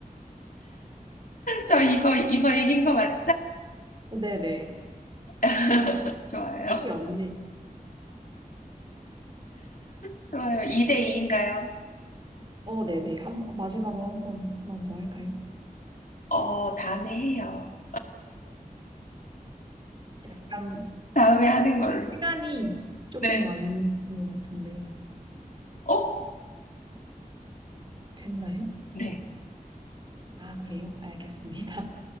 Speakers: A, on the left; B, on the right.
A: 저 이거 이번 이긴 거 맞죠?
B: 네네.
A: <laughs> 좋아요.
B: 꿈이 없네. 요
A: 좋아요. 2대 2인가요?
B: 어, 네네. 한, 마지막으로 한 번만 더 할까요?
A: 어, 다음에 해요.
B: 약간
A: 다음에 하는 걸로.
B: 시간이 조금
A: 네.
B: 안 되는 것 같은데
A: 어?
B: 됐나요?
A: 네.
B: 아, 그래요? 알겠습니다.